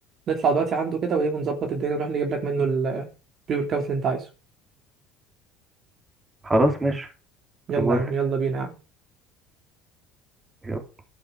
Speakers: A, on the right; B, on the right.
A: نطلع دلوقتي عنده كده وايه ونظبط الدنيا ونروح نجيب لك منه البري ورك اوت اللي انت عايزه
B: خلاص ماشي
A: يلا
B: انا موافق
A: يا عم يلا بينا يا عم
B: يلا.